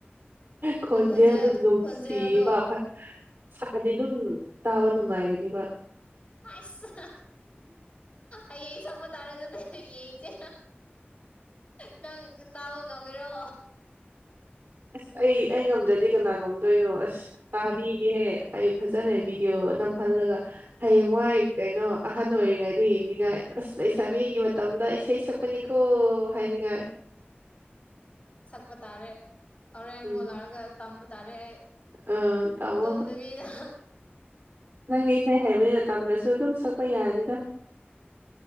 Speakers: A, on the right; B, on the left.
A: ꯈꯣꯟꯁꯦ
B: ꯑꯗꯨ ꯈꯣꯟꯖꯦꯜ
A: ꯑꯗꯨꯝ ꯅꯨꯡꯁꯤꯕ
B: ꯈꯣꯟꯖꯦꯜꯗꯣ
A: ꯁꯥꯗꯤ ꯑꯗꯨꯝ ꯇꯥꯕ ꯅꯨꯡꯉꯥꯏꯒꯅꯤꯕ
B: ꯑꯁ ꯑꯩ ꯁꯪꯕ ꯇꯥꯔꯁꯨꯗꯤ ꯌꯦꯡꯁꯦ ꯅꯪ ꯇꯥꯕ ꯉꯝꯒꯔꯣ
A: ꯑꯁ ꯑꯩ ꯑꯩ ꯉꯝꯗ꯭ꯔꯗꯤ ꯀꯅꯥ ꯉꯝꯗꯣꯏꯅꯣ ꯑꯁ ꯇꯥꯕꯤꯒꯦꯍꯦ ꯑꯩ ꯐꯖ ꯆꯠꯅꯩ ꯚꯤꯗꯤꯑꯣ ꯅꯝꯍꯜꯂꯒ ꯍꯌꯦꯡꯋꯥꯏ ꯀꯩꯅꯣ ꯑꯍꯟ ꯑꯣꯏꯔꯤꯉꯩꯗ ꯑꯗꯨ ꯌꯦꯡꯅꯤꯡꯉꯥꯏ ꯑꯁ ꯑꯩ ꯏꯁꯥꯕꯤꯒꯤ ꯃꯇꯝꯗ ꯏꯁꯩ ꯁꯛꯄꯅꯤꯀꯣ ꯍꯥꯏꯅꯤꯡꯉꯥꯏ
B: ꯁꯛꯄ ꯇꯥꯔꯦ ꯑꯣꯔꯦꯟ
A: ꯎꯝ
B: ꯃꯣꯂꯥꯔꯒ ꯇꯝꯕ ꯇꯥꯔꯦ ꯑꯩ
A: ꯑ ꯇꯝꯃꯣ
B: ꯇꯗꯕꯤꯗ
A: ꯅꯪꯗꯤ ꯏꯁꯩ ꯍꯥꯏꯕꯅꯤ ꯃꯇꯝꯗꯨ꯭ꯔꯁꯨ ꯑꯗꯨꯝ ꯁꯛꯄ ꯌꯥꯔꯅꯤꯗ